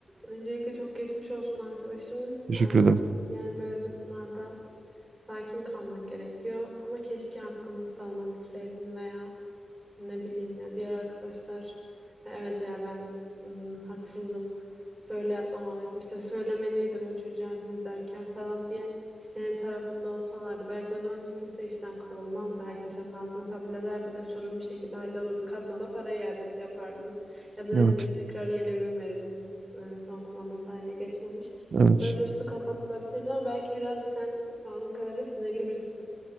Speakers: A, on the right; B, on the right.
A: Öncelikle çok geçmiş olsun arkadaşım.
B: Teşekkür
A: Ee,
B: ederim.
A: yani böyle durumlarda sakin kalman gerekiyor. Ama keşke hakkını savunabilseydin veya Ne bileyim ya diğer arkadaşlar "Ya evet ya ben hmm, haksızdım. Böyle yapmamalıydım. İşte söylemeliydim o çocuğa düz derken falan diye. Bir senin tarafında olsalardı belki o zaman hiç kimse işten kovulmazdı. Herkes hatasını kabul ederdi ve sorun bir şekilde hallolurdu. Kadına da para iadesi yapardınız. Ya da ne
B: Evet.
A: bileyim tekrar yeni ürün verirdiniz. Ee, son kullanma tarihi geçmemiş.
B: Evet.
A: Böyle üstü kapatılabilirdi ama belki biraz da sen tanıdığım kadarıyla sinirli birisin.